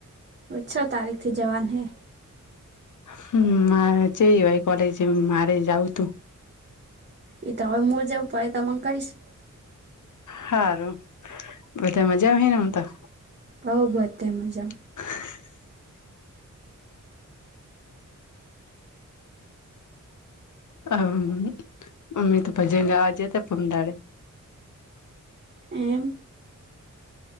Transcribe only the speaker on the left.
હમ મારે છે કોલેજે મારે જાવું તું
હારુ બધા મજામાં આમ તો?
<inaudible> હમ્મ અમે તો ભજન ગાવા જતા પરમદાડે